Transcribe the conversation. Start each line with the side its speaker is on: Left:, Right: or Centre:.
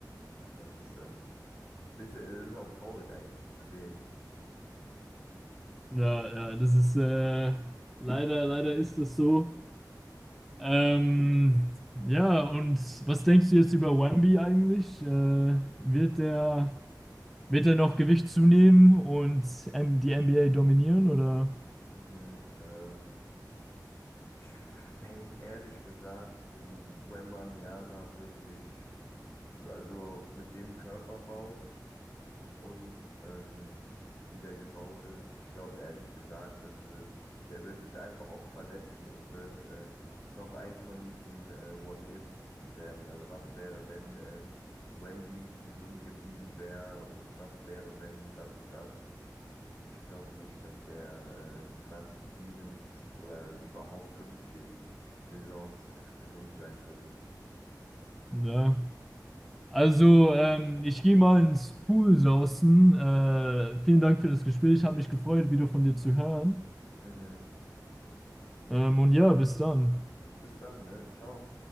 Left: ja, das ist ähm, bisschen, das ist auch traurig eigentlich zu sehen.
Centre: Ja, ja, das ist äh, leider, leider ist es so. Ähm, ja, und was denkst du jetzt über Wemby eigentlich? Äh, wird der Wird er noch Gewicht zunehmen und ähm, die NBA dominieren oder?
Left: Mhm, äh, ich denke ehrlich gesagt, Wembanyama wird sich, also mit dem Körperbau, und ähm, wie der gebaut ist. Ich glaube ehrlich gesagt, das wird, der wird sich einfach oft verletzen und wird äh, noch eins von diesen äh, What-Ifs werden. Also was wäre, wenn äh, Wemby gesund geblieben wäre und was wäre, wenn das und das. Ich glaube nicht, dass der äh, 20 Seasons oder überhaupt 15 Saisons gesund bleiben wird.
Centre: Ja. Also, ähm, ich gehe mal ins Pool sausen. Äh, vielen Dank für das Gespräch. Hat mich gefreut, wieder von dir zu hören.
Left: Mhm.
Centre: Ähm, und ja, bis dann.
Left: Bis dann, ne? Ciao.